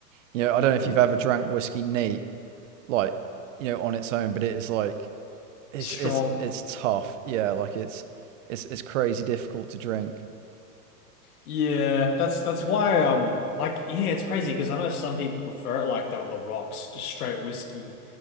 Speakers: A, on the right (about 50°); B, on the left (about 60°).
A: you know, I don't
B: <clears throat>
A: know if you've ever drank whiskey neat, like, you know, on its own, but it is like, it's
B: Strong.
A: it's it's tough. Yeah, like it's it's it's crazy difficult to drink.
B: Yeah, that's that's why. Um, like, yeah, it's crazy because I know some people prefer it like that on the rocks, just straight whiskey,